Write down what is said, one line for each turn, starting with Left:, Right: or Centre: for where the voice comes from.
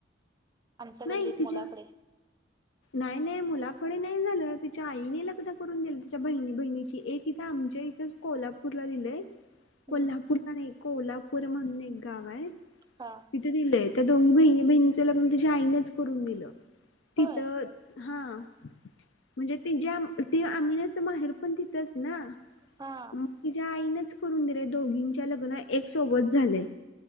Right: आमच्या
Left: नाही
Right: गल्लीत
Left: तिजा
Right: मुलाकडे
Left: नाही नाही मुलाकडे नाही झालं तिच्या आईने लग्न करून दिलं त्यािच्या बहिणी बहिणीची एक इथं आमच्या इथं कोल्हापूरला दिलेय
Right: हम्म
Left: कोल्हापूरला नाही कोल्हापूर म्हणून एक गाव आहे
Right: हा
Left: तथ दिलंय त्या दोन्ही महि महिनच लगन तच्या आईनेच करून दिलं तिथं
Right: होय
Left: हा म्हणजे त ज्या ते आम्ही ना तर माहेर पण तिथच ना
Right: हा
Left: तिच्या्या आईनच करून दिलं दोघींच्या लग्न एक सोबत झालेय